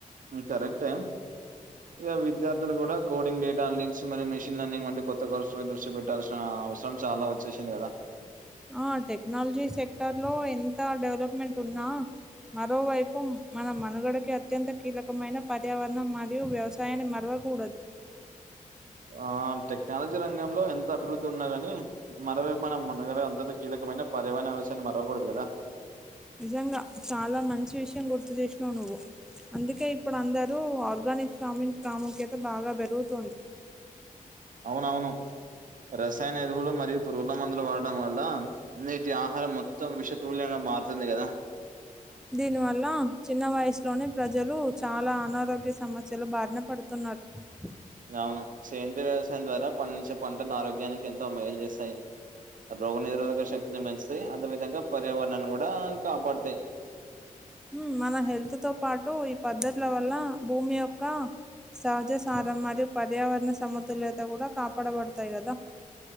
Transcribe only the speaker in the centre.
ఆ టెక్నాలజీ సెక్టర్ లో ఎంత డెవలప్మెంట్ ఉన్నా మరోవైపు మన మనుగడకి అత్యంత కీలకమైన పర్యావరణం మరియు వ్యవసాయాన్ని మరవ కూడదు
నిజంగా చాలా మంచి విషయం గుర్తు చేసినావు నువ్వు. అందుకే ఇప్పుడు అందరూ ఆర్గానిక్ ఫార్మింగ్ ప్రాముఖ్యత బాగా బెరుగుతోంది.
దీని వల్ల చిన్న వయసులోనే ప్రజలు చాలా అనారోగ్య సమస్యలు బారిన పడుతున్నారు ఉ <unintelligible>
ఉం మన హెల్త్ తో పాటు ఈ పద్ధతుల వల్ల భూమి యొక్క సహజ సారం మరియు పర్యావరణ సమతుల్యత కూడా కాపాడబడతాయి కదా